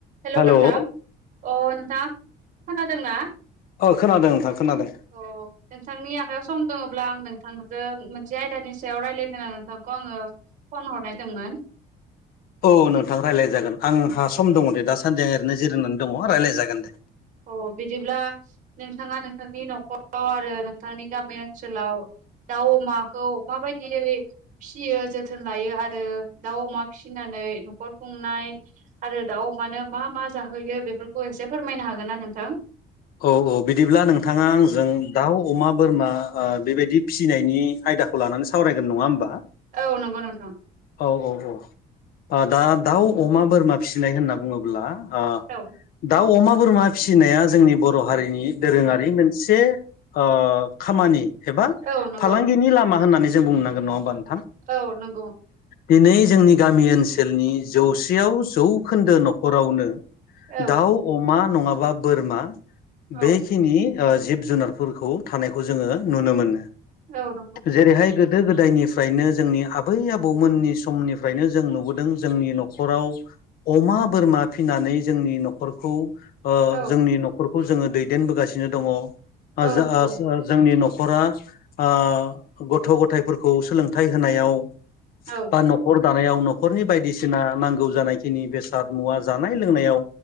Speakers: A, on the right (about 50°); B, on the left (about 60°).
A: हेल'
B: hello
A: नोंथां
B: औ
A: अ नोंथाङा खोनादों ना?
B: अ खोनादों नोंथां खोनादों
A: अ नोंथांनि आखाइायाव सम दङब्ला आं नोंथां जों मोनसे आयदानि सायाव रायज्लायनो आं नोंथांखौ आङो फन हरनायदोंंमोन
B: औ नोंथां रायलायजागोन आंहा सम दङ दे दाासानदि ओरैनो जिरायनानै दङ रायलायजागोन दे
A: औ बिदिब्ला नोंथाङा नोंथांनि न'खर आरो नोंथांनि गामि ओनसोलाव दाउ अमाखौ माबायदियै फिसियो जोथोन लायो आरो दाउ अमा फिसिना नै नखर खुंनाय आरो दाउ अमानो मा मा जाहोयो बेफोरखौ एसे फोरमायना हो <unintelligible> नोंथां
B: औ औ बिदिब्ला नोंथाङा आंजों दाउ अमा बोरमा ओ बेबायदि फिसिनायनि आ यदा लानानै सावरायगोन नङा होम
A: औ नंगौ नोंथां।
B: औ औ औ दा दाउ अमा बोरमा फिसिनाय होनना बुङोब्ला आ
A: औ
B: दाउ अमा बोरमा फिसिनाया जोंनि बर' हारिनि दोरोङारि मोनसे ओ खामानि एबा
A: औ नंगौ
B: फालांगिनि लामा होननानै जों बुंनोनांगोन नङा होमबा नों
A: औ नंगौ।
B: दिनै जोंनि गामि ओनसोलनि जौसेयाव जौखोन्दो न'खरावनो
A: औ
B: दाउ अमा नङाबा बोरमा
A: औ
B: बेखिनि ओ जिब जुनारफोरखौ थानायखौ जोङो नुनो मोनो।
A: औ नंगौ नोंथां
B: जेरैहाय गो दो गोदायनिफ्रायनो जोंनि आब बै आबौमोननि समनिफ्रायनो जों नुबोदों जोंनि न'खराव अमा बोरमा फिना नै जोंनि न'खरखौ ओ
A: औ
B: जोंनि न'खरखौ जोङो दैदेनबोगासिनो दङ ओ
A: औ
B: जास
A: नंगौ
B: जा जोंनि न खरा ओ गथ' गथायाइफोरखौ सोलोंथाइ होनायाव
A: औ
B: बा न'खर दानायाव न' खरनि बायदिसिना नांगौ जानायखिनि बेसाद मुवा जानाय लोंनायाव